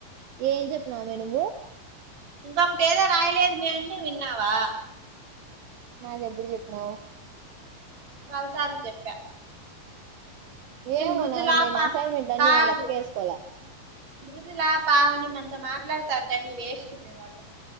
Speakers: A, on the right (about 75°); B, on the right (about 50°).
A: ఏం జెప్ప్నావ్ మె నువ్వు
B: ఇంకొకటి ఏదో రాయలేదు మె అంటే విన్నావా
A: నాకెప్పుడు చెప్ప్నవ్
B: చాలా సార్లు చెప్పా మేము
A: ఏమో
B: మృదులా
A: నా నేను
B: పా
A: అసైన్ మెంట్ల్ అన్ని
B: కాదు
A: లెక్క ఎసుకోల
B: మృదులా, పావని మన్తో మాట్లాడతారు గానీ వేస్ట్ మే వాళ్ళు,